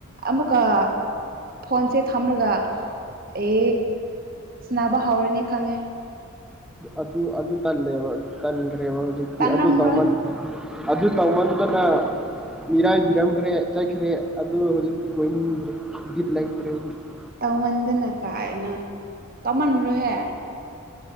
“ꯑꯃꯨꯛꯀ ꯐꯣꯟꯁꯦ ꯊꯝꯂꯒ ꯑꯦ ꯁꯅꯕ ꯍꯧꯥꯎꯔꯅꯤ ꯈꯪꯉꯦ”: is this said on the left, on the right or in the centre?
Right